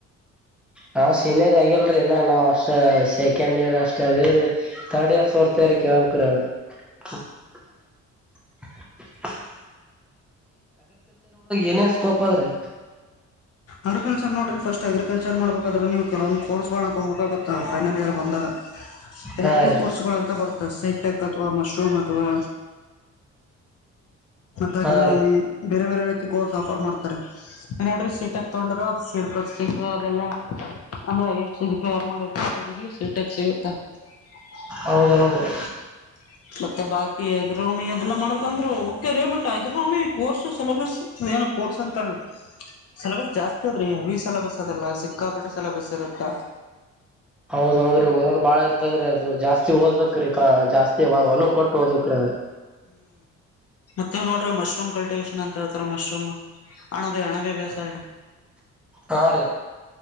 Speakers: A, in the centre; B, on the left.
A: ಹಾ ಸೀನಿಯರ್ ಆಗಲ್ರಿಏ ನಾವ್ ಅಷ್ಟ ಸೆಕೆಂಡ್ ಇಯರ್ ಅಷ್ಟ <inaudible> ತರ್ಡ್ ಇಯರ್ ಫೋರ್ತ್ ಇಯರ್ಕ್ಕೆ <unintelligible> <inaudible> ಏನೇನ್ ಸ್ಕೋಪ್ ಅದ್ರಿ
B: ಅವ್ರಕ ಸರ್ ನೋಡ್ರಿ ಫಸ್ಟ್ ಅಗ್ರಿಕಲ್ಚರ್ ಮಾಡ್ಬೇಕಾದ್ರೆ ನೀವು ಕೆಲೊ ಕೋಸ್ಗಳ ತೊ್ಬೇಕಾಗುತ್ತೆ ಫೈನಲ್ ಇಯರ್ ಬಂದಾಗ ಎಲೆಕ್ಟಿವ್
A: ಹಾ ರೀ
B: ಕೋರ್ಸ್ಗಳು ಅಂತ ಬರುತ್ತೆ ಸಿಟೆಕ್ ಅಥವಾ ಮಶ್ರೂಮ್ ಅಥವಾ ರ <unintelligible>
A: ಹಾ ರೀ
B: ಬೇರೆ ಬೇರೆ ರೀತಿ ಕೋರ್ಸ್ ಆಫರ್ ಮಾಡ್ತಾರೆ ಏ ನೋಡ್ರಿ ಸೀಟ್ ತಗೊಂಡರ ಅದು ಸೀಟ್ ಬಸಿಂಗ್ ಅದೆಲ್ಲ ಅಂದ್ರೆ ಎಷ್ಟು ಸ ಪ ಯಾರು ಮಾಡಿರ್ತಾರೆ ಅವ್ರರಿಗೆ ಸಿಗುತ್ತ ಮತ್ತ
A: ಹೌದೌದ್ರಿ
B: ಮತ್ತ ಬಾಕಿ ಅಗ್ರೋಮಿ ಅದೆಲ್ಲಾ ಮಾಡ್ಕಂದ್ರು ರೇ ಬಟ್ ಅಗ್ರಾಮಿ ಕೋರ್ಸ್ ಸಿಲೆಬಸ್ ಏನು ಕೋರ್ಸ್ ಅಂತ ಸಿಲೆಬಸ್ ಜಾಸ್ತಿ ಅದ್ರೀ ಹವಿ ಸಿಲೆಬಸ್ ಅದಲ್ಲ ಸಿಕ್ಕಾಪಟ್ಟೆ ಸಿಲೆಬಸ್ ಇರತ್ತ
A: ಹೌದೌದ್ರಿ ಒದೋದ್ ಬಾಳ ಇರ್ತದ್ರೆ ಅದು ಜಾಸ್ತಿ ಓದ್ಬೇಕ್ರೀ ಜಾಸ್ತಿ ಒಲ ಕೊಟ್ಟು ಓದ್ಬೇಕ್ರಿ ಅದ
B: ನೀವು ನೋಡ್ರಿ ಮಶ್ರೂಮ್ ಕಲ್ಟಿವೇಶನ್ ಅಂತ ಹೇಳ್ತಾರೆ ಮಶ್ರೂಮ್ ಹಣ ಬ ಹಣ ಬ ಬೇಸಾಯಣ
A: ಹಾ ರೀ